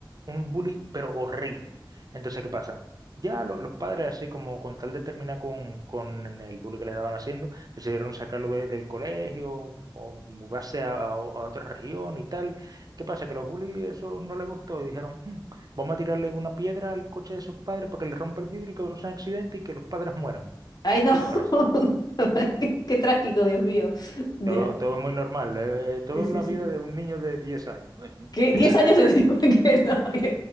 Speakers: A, on the right; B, on the left.
A: un bully, pero horrible. Entonces, ¿qué pasa? Ya lo- los padres, así como con tal de terminar con, con el bullying que le estaban haciendo, decidieron sacarlo de- del colegio o mudarse a, a- a otra región y tal. ¿Qué pasa? Que los bullies eso no les gustó y dijeron, "Hmm, vamos a tirarle una piedra al coche de sus padres para que le rompa el vidrio y cause un accidente y que los padres mueran.
B: Ay, no.
A: ¿Qué te parece?
B: <laughs> Qué trágico, Dios mío. Ya.
A: Todo, todo muy normal, eh, todo
B: Sí,
A: en
B: sí,
A: la
B: sí.
A: vida de un niño de diez años. <laughs>
B: ¿Qué?
A: Excelente.
B: ¿Diez años encima? <laughs> que no. Yo,